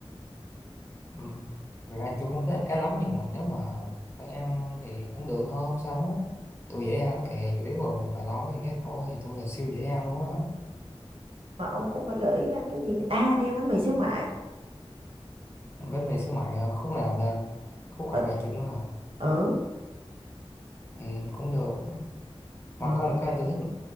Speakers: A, on the left; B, on the right.
A: ừ. Thật ra tôi không thích ăn cá lắm nhưng mà nếu mà phải ăn thì cũng được thôi không sao hết tôi dễ ăn lắm kìa chủ yếu là bà lo mấy cái khác thôi tôi là siêu dễ ăn luôn á
B: mà ông cũng phải gợi ý ăn cái gì à đi ăn bánh mì xíu mại
A: bánh mì xíu mại à, khúc nào ta khúc
B: ở
A: hai bà trưng hả
B: ừ
A: ừ, cũng được
B: rồi
A: mà có một cái tôi thích